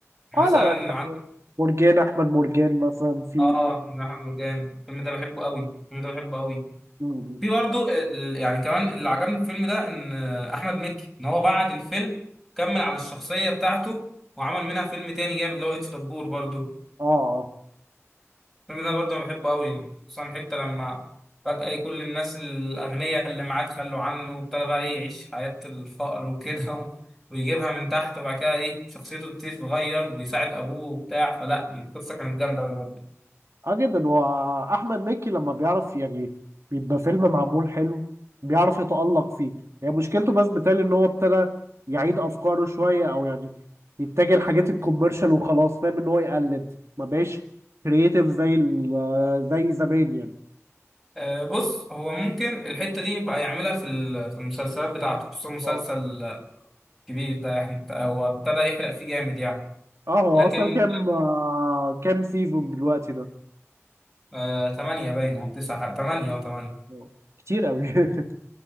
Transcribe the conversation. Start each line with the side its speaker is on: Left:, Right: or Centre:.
Centre: يعني
Right: اه
Centre: مثلا
Right: لا
Centre: عندك
Right: يعني مرجان احمد مرجان مثلا في
Centre: اه جناح مرجان الفيلم ده بحبه قوي الفيلم ده بحبه قوي
Right: مم.
Centre: في برضو ال- يعني كمان اللي عجبني في الفيلم ده ان آه، احمد مكي ان هو بعد الفيلم كمل على الشخصيه بتاعته وعمل منها فيلم تاني جامد اللي هو اتش دبور برضو
Right: اه اه
Centre: الفيلم ده برضه أنا بحبه قوي خصوصا حتة لما فجأة إيه كل الناس الأغنياء اللي معاه تخلوا عنه وابتدى بقى إيه يعيش حياة الفقر وكده <laughs> و- ويجيبها من تحت وبعد كده إيه شخصيته بتبتدي تتغير ويساعد أبوه وبتاع فلا دي القصة كانت جامدة أوي برضه
Right: اه جدا واحمد مكي لما بيعرف يعني بيبقى فيلم معمول حلو بيعرف يتألق فيه يعني مشكلته بس بتالي ان هو ابتدى يعيد افكاره شويه او يعني يتجه لحاجات الكوميرشال وخلاص فاهم ان هو يقلد ما بقاش كرييتيف زي ال- زي زمان يعني
Centre: آه، بص هو ممكن الحتة دي بقى يعملها في ال- في المسلسلات بتاعته خصوصا مسلسل
Right: اه
Centre: كبير ده يعني بت- هو ابتدى يحرق فيه جامد يعني
Right: اه هو
Centre: لكن
Right: اصلا كام آه كام سيزون دلوقتي ده
Centre: آه، تمانية باين أو تسعة تمانية أو تمانية
Right: آه. كتير قوي <laughs>